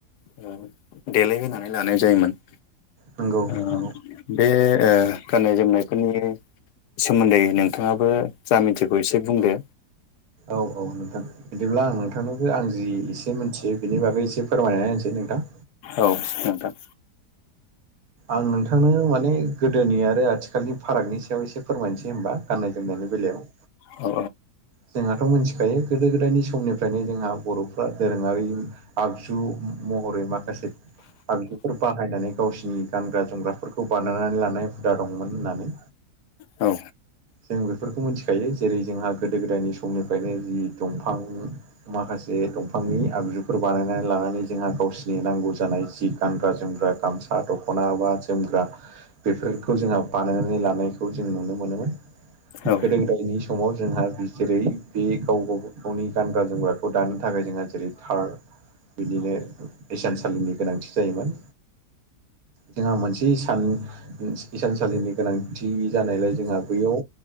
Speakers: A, on the left (about 75°); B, on the right (about 65°).
A: <unintelligible> देलायहोनानै लानाय जायोमोन।
B: नंगौ
A: ओ
B: औ
A: बे ओ गाननाय जोमनायफोरनि सोमोन्दै नोंथाङाबो जा मिथिगौ एसे बुंदो
B: औ औ नोंथां बिदिब्ला आं नोंथांनोबो आं जि एसे मोनथियो बिनि बागै एसे फोरमायनानै होनोसै नोंथां।
A: औ नोंथां।
B: आं नोंथांनो माने गोदोनि आरो आथिखालनि फारागनि सायाव एसे फोरमायसै होनबा गाननाय जोमनायनि बेलायाव
A: अ
B: जोंहाथ' मोनथिखायो गोदो गोदायनि समनिफ्रायनो जोंहा बर'फ्रा दोरोङारि आगजु महरै माखासे आगजुफोर बाहायनानै गावसिनि गानग्रा जोमग्राफोर खौ बानायनानै लानाय हुदा दंमोन होननानै
A: औ
B: जों बेफोरखौ मोनथिखायो जेरै जोंहा गोदो गोदायनि समनिफ्रायनो जि दंफां माखासे दंफांनि आगजुफोर बानायनानै लानानै जोंहा गावसिनि नांगौ जानाय जि गानग्रा जोमग्रा गामसा दख'ना बा जोमग्रा बेफोरखौ जोंहा बानायनानै लानायखौ जों नुनो मोनोमोन।
A: औ
B: गोदो गोदायनि समाव जोंहा जेरै बे गाव-गावबा गावनि गानग्रा जोमग्राखौ दानो थाखाय जोंहा जेरै थार बिदिनो इसानसालिनि गोनांथि जायोमोन। जोंहा मोनसे सान‌ इसानसालिनि गोनांथि जानायलाय जोंहा बैयाव